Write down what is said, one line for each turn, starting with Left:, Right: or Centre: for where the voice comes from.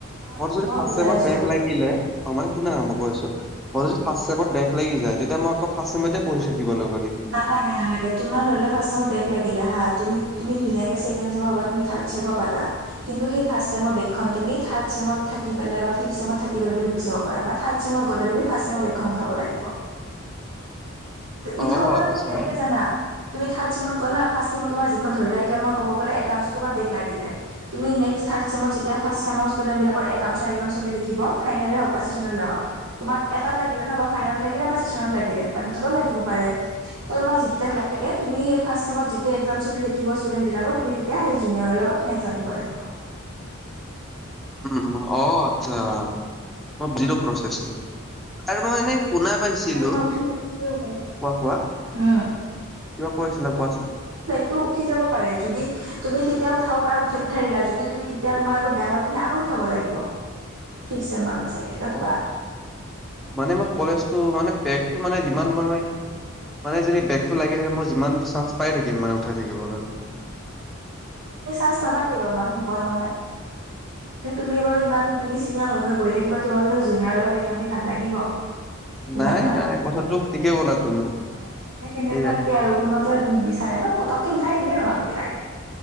Right: অ',
Centre: মোৰ যদি
Right: মই
Centre: ফাৰ্ষ্ট
Right: বুজাই
Centre: ছেমত
Right: আছো
Centre: ব্ৰেক লাগিলে, অ'! মানে শুনা? মই কৈ আছোঁ। মই
Right: অ',
Centre: যদি,
Right: অ'।
Centre: ফাৰ্ষ্ট ছেমত ব্ৰেক লাগি যায়, তেতিয়া মই আ'ক ফাৰ্ষ্ট ছেমতে, পঢ়ি থাকিব লাগিবনে?
Right: নালা নালাগে, নালাগে। তোমাৰ ধৰি লোৱা, ফাৰ্ষ্ট ছেমত ব্ৰেক লাগিল হা! তুমি ধুনীয়াকে, ছেকেণ্ড ছেমৰ পৰা, থাৰ্ড ছেম পালা। কিন্তু, সেই ফাৰ্ষ্ট ছেমৰ, ব্ৰেক খন তুমি, থাৰ্ড ছেমত থাকি পেলাই বা ফিপ্ট ছেমত থাকি পেলাই, তুমি গুচাব পাৰা। ফাৰ্ড ছেমত গ'লে তুমি, ফাৰ্ষ্ট ছেমৰ ব্ৰেক খন উঠাব লাগিব। উঠাব
Centre: অ',
Right: মানে,
Centre: আচ্ছা
Right: তুমি কেনেকে, জানা? তুমি থাৰ্ড ছেমত গ'লা, ফাৰ্ষ্ট ছেমত তোমাৰ যিখন ধৰি লোৱা, এতিয়া মই ক'ব গ'লে, <unintelligible> তোমাৰ ব্ৰেক লাগিলে। তুমি নেক্সট থাৰ্ড ছেমত যেতিয়া, ফাৰ্ষ্ট ছেমৰ ষ্টুডেণ্ট বিলাকৰ, একাউঞ্চৰ একজাম চলি থাকিব, ফাইনেলে হওঁক বা চেচনেলে হওঁক। তোমাৰ এটাত লাগিলে ন' ফাইনেলত লাগিলে বা চেচনেলত লাগিলে বা দুটাতো লাগিব পাৰে! ত' তোমাৰ যি কেইটাত লাগে, তুমি ফাৰ্ষ্ট ছেমত যেতিয়া, একজাম চলি থাকিব ষ্টুডেণ্ট বিলাকৰ, তুমি তেতিয়া, সেই জুনিয়ৰ লগত তুমি একজাম দিব লাগিব।
Centre: উম, উম। অ' আচ্ছা! অ' বুজিলোঁ প্ৰচছটো। আৰু মই এনে, শুনা পাইছিলো
Right: <unintelligible>
Centre: কোৱা কোৱা
Right: উম!
Centre: কিবা কৈছিলা, কোৱাচোন?
Right: ত' উঠি যাব পাৰে, যদি তুমি তেতিয়া, উঠাব পাৰা উঠাই দিয়া। যদি তুমি, তেতিয়া তোমাৰ আৰু বেয়া হয়, তুমি আৰু উঠাব লাগিব। পিষ্ট ছেম মানত চাগে, <unintelligible>
Centre: অ', মানে মই কলেজতটো, মানে, ব্ৰেকটো মানে যিমান মাৰোৱে মানে যদি, ব্ৰেকটো লাগি থাকে, মই যিমান চান্স পাই থাকিম, মানে উঠাই থাকিবৰ কাৰণে।
Right: তুমি চান্স পাবা কেইবাৰমান, নোপোৱা নহয়। তুমি বাৰু ইমান, তুমি চিনিয়ৰ হৈ গৈ থাকিবা, তোমাৰ যানো জুনিয়ৰ লগত একজাম দি ভাল লাগিব! ইমান
Centre: নাই
Right: বাৰ।
Centre: নাই কথাটো ঠিকে ক'লা তুমি
Right: অ'! সেনে সেনেকুৱাকে
Centre: সেয়া
Right: আৰু কোনো ত' নিবিচাৰে ন'! পতককে উঠাই দিয়ে, মানুহ বিলাকে।